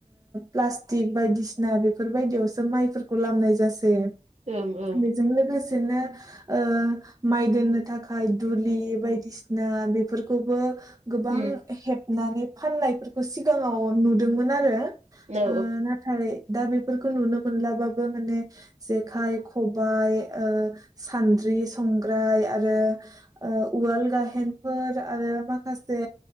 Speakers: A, on the right (about 30°); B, on the right (about 65°).
A: प्लास्टिक बायदिसिना बे बेफोरबायदियावसो माइफोरखौ लामनाय जासै।
B: ओं ओं
A: बेजों लोगोसे। बिदिनो ओ माइ दोननो थाखाय दुलि बायदिसिना बेफोरखौबो। गोबां
B: उम
A: हेबनानै। हेबनानै फाननायफोरखौ सिगाङाव नुदोंमोन आरो। ओ
B: औ
A: नाथाय। दा बेफोरखौ। बेरफोरखौ नुनो मोनलाबाबो माने जेखाय खबाइ सान्द्रि संग्राय आरो उवाल गाहेनफोर आरो माखासे